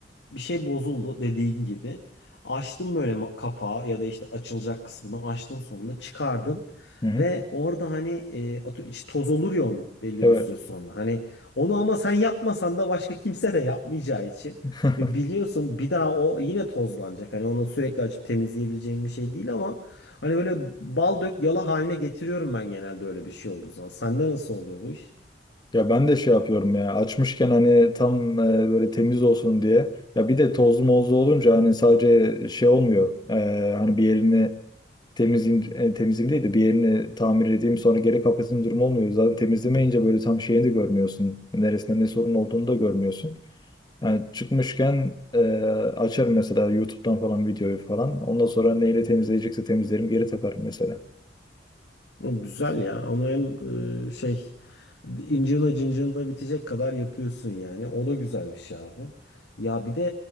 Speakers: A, on the left; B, on the left.
A: bir şey bozuldu dediğin gibi. Açtın böyle ma- kapağı ya da işte açılacak kısmını açtın sonunda çıkardın.
B: Hı hı.
A: Ve orada hani e, atı içi toz olur ya onun belli
B: Evet.
A: bir süre sonra. Hani onu ama sen yapmasan da başka kimse de yapmayacağı için.
B: <laughs>
A: Ve biliyorsun bir daha o yine tozlanacak. Hani onu sürekli açıp temizleyebileceğim bir şey değil ama hani böyle bal dök yala haline getiriyorum ben genelde öyle bir şey olduğu zaman. Sende nasıl oluyor bu iş?
B: Ya ben de şey yapıyorum ya açmışken hani tam e, böyle temiz olsun diye. Ya bir de tozlu mozlu olunca hani sadece şey olmuyor. E, hani bir yerini temizleyeyim, e, temizleyeyim değil de bir yerini tamir edeyim sonra geri kapatayım durumu olmuyor. Zaten temizlemeyince böyle tam şeyini de görmüyorsun. Neresinde ne sorun olduğunu da görmüyorsun. Yani çıkmışken e, açarım mesela YouTube'dan falan videoyu falan. Ondan sonra neyle temizleyecekse temizlerim geri takarım mesela.
A: O Güzel ya. Onu hem e, şey incina cincina bitecek kadar yapıyorsun yani. O da güzel bir şey abi. Ya bir de